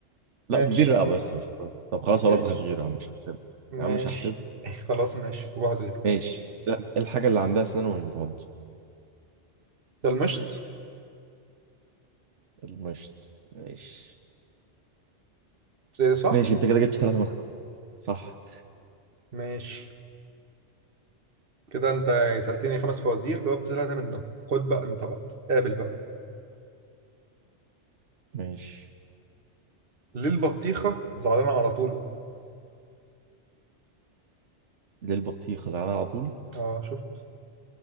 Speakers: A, on the right; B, on the right.
A: لا
B: ماشي
A: دي دي الرقبة بس مش راس. طب خلاص اقول
B: ماشي
A: لك واحد غيره يا عم مش هحسبه
B: ماشي
A: يا عم مش هحسبه
B: <laughs> خلاص ماشي وبعد غيره
A: ماشي لا إيه الحاجة اللي عندها اسنان ومش بتعض
B: ده المشط
A: المشط ماشي
B: زي صح
A: ماشي انت كده جبت ثلاثة من خمسة صح
B: ماشي كده انت سالتني خمس فوازير جاوبت ثلاثه منهم خد بقى انت بقى قابل بقى
A: ماشي
B: ليه البطيخه زعلانه على طول
A: ليه البطيخة زعلان على طول
B: اه شفت